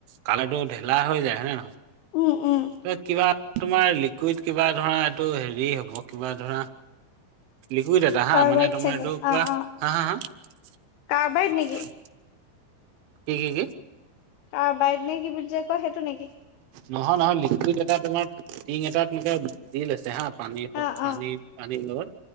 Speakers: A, on the right; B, on the left.
A: কালাৰটো ঢেলা হৈ যায়, হয়েনে নহয়?
B: উম উম
A: ৰ কিবাত তোমাৰ লিকুইড কিবা ধৰা এইটো হেৰি হ'ব কিবা ধৰা লিকুইড এটা হা।
B: কাৰ্বাইড
A: মানে তোমাৰ
B: চাগে
A: এইটো কিবা,
B: অ অ
A: হা, হা, হা?
B: কাৰ্বাইড নেকি
A: কি কি কি
B: কাৰ্বাইড নে কি বুলি যে কয় সেইটো নেকি
A: নহয়, নহয়। লিকুইড এটা তোমাৰ টিং এটাত মানে দি লৈছে হা। পানী হক
B: অ
A: পানী-পানীৰ
B: অ
A: লগত।